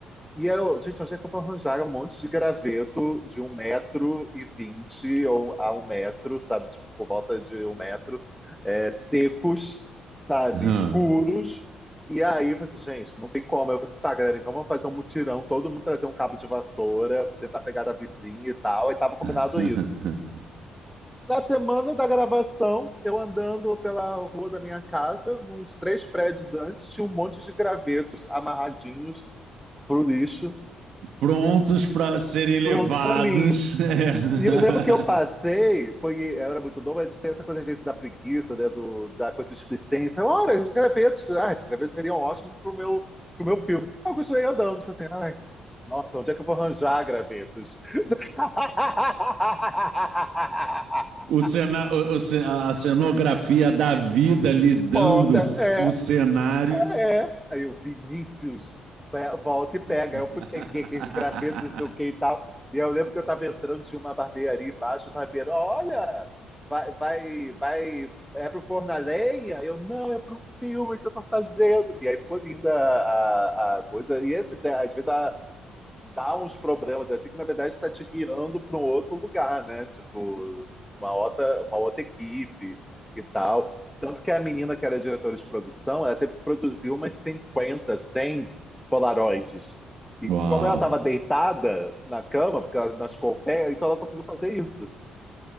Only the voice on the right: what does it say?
Ah.
<laughs>
Prontos pra serem levados.
<laughs> É.
<laughs>
O cena, o- o ce- a a cenografia da vida lidando
o cenário.
<laughs>
Uau.